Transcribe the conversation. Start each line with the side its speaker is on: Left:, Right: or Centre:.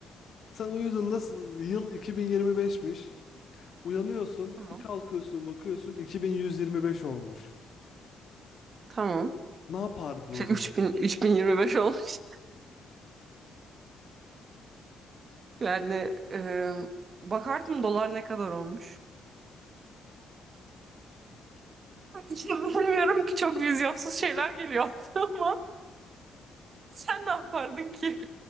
Left: Sen uyudun nasıl? Yıl 2025'miş. Uyanıyorsun,
Right: Tamam.
Left: bir kalkıyorsun, bakıyorsun 2125 olmuş.
Right: Tamam.
Left: Ne yapardın
Right: Şey
Left: o zaman?
Right: 3000, 3025 olmuş. Yani ım, bakardım dolar ne kadar olmuş. Hiç bilmiyorum ki çok vizyonsuz şeyler geliyor aklıma. <laughs> ama Sen ne yapardın ki?